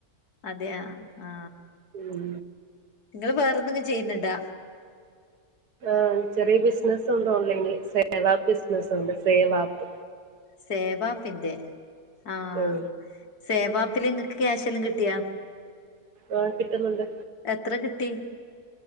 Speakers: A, on the left (about 75°); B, on the right (about 85°).
A: അതെ ആഹ
B: ഉം
A: നിങ്ങള് വേറെന്തങ്കിം ചെയ്യുന്നുണ്ടാ
B: ആ ചെറിയ ബിസിനസുണ്ട് ഓൺലൈന് സേവാപ്പ് ബിസിനുണ്ട് സേവപ്പ്
A: സേവാപ്പിന്റെ ആഹ
B: ഉം
A: സേവാപ്പിൽ നിങ്ങക്ക് ക്യാഷെന്തേം കിട്ടിയാ
B: ആ കിട്ടുന്നുണ്ട്
A: എത്ര കിട്ടി